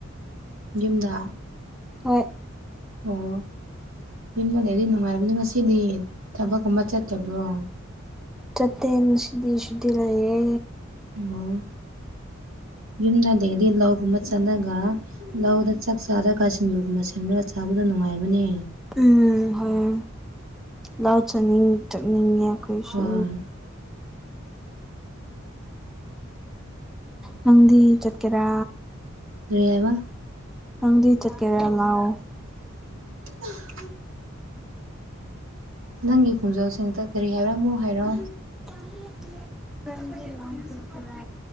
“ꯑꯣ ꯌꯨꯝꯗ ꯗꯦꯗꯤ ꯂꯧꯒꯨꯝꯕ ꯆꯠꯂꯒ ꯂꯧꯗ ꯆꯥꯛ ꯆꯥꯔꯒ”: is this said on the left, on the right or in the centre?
Right